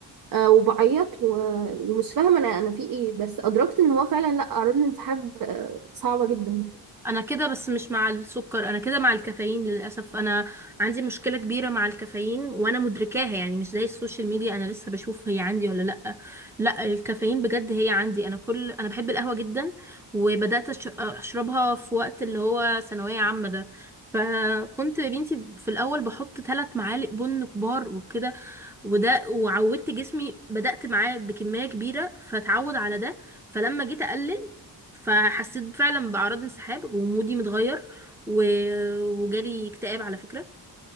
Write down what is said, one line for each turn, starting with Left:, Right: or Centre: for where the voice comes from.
Right: آه، وبعيط و... ومش فاهمه انا انا في ايه بس ادركت ان هو فعلا لا اعراض الانسحاب آه، صعبه جدا
Centre: انا كده بس مش مع السكر انا كده مع الكافيين للاسف انا عندي مشكله كبيره مع الكافيين وانا مدركاها يعني مش زي السوشيال ميديا انا لسه بشوف هي عندي ولا لا لا الكافيين بجد هي عندي انا كل انا بحب القهوه جدا وبدات أش- اشربها في وقت اللي هو ثانويه عامه ده فكنت يا بنتي في الاول بحط ثلاث معالق بن كبار وكده وده وعودت جسمي بدأت معاه بكمية كبيرة فتعود على ده فلما جيت أقلل فحسيت فعلا بأعراض انسحاب ومودي متغير و... وجالي اكتئاب على فكرة